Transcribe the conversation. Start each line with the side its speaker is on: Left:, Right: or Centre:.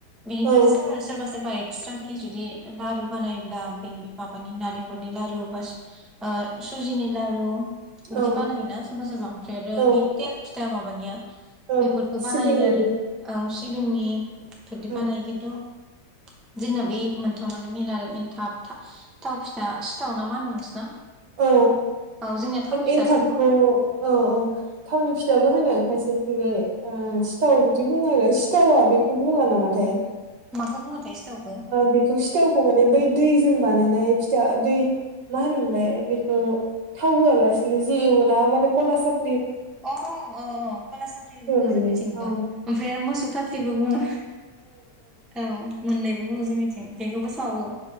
Centre: बिनिफ्रायसो
Right: औ
Centre: सोरबा सोरबा एक्सट्राकि जुदि लारु बानायोब्ला बे माबानि नालेंखलनि लारु बा सुजिनि लारु बिदि
Right: औ
Centre: बानायोना सोरबा सोरबा ओमफ्राय आरो
Right: औ
Centre: बे थेल फिथा माबानिया
Right: ओं
Centre: बेफोरखौ बानायो
Right: सिबिंनि
Centre: आरो औ सिबिंनि बिदि
Right: औ
Centre: बानायो खिन्थु <inaudible> जोंना बे मोनथामानो मेन आरो एनथाब थाव फिथा सिथाव ना मा होनो नोंसिना
Right: औ
Centre: औ जोंनिया थाव फि
Right: एनथाबखौ ओ-औ थावनि फिथाबो होनो खायसेनिथिंजाय
Centre: औ
Right: सिथा बुङो आरो सिथावा बेखौ बुङा यततंक्षयाय
Centre: माखौ बुङोथाय सिथावखौ
Right: बेखौ सिथावखौ माने बै दैजों बानायनाय फिथा दै मा होनोमोनलाय बेखौ थाव होआलासिनो जि एवोना माने कला साप
Centre: अ औ कला साफ्रिबो बुङो
Right: माने
Centre: जोंनिथिंबो
Right: औ
Centre: ओमफ्राय आरो मोसौ थाफ्रिबो बुङो औ मोननैबो बुंङो जोंनिथिं बेखौबो सावो